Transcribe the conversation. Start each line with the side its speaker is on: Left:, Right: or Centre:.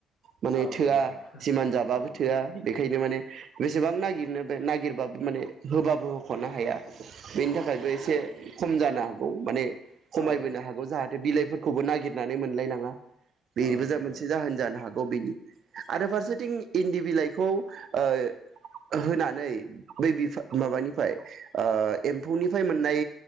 Right: माने
Left: औ
Right: थोआ
Left: नंगौ
Right: जिमान जाबाबो
Left: औ
Right: थोआ बेखायनो माने बेसेबां नागिरनो बे नागिरबाबो माने होबाबो होख'नो हाया बेनि थाखायबो एस से खम जानो हागौ माने खमायबोनो
Left: औ
Right: हागौ जाहाथे बिलाइफोर खौबो नागिरनानै मोनलायलाङा । बेबो
Left: औ नंगौ
Right: जा मोनसे जाहोन जानो हाग <unintelligible> आरो फारसेथिं इन्दि बिलाइखौ ओ होनानै <unintelligible> माबानिफाय एम्फौनिफाय मोन नाय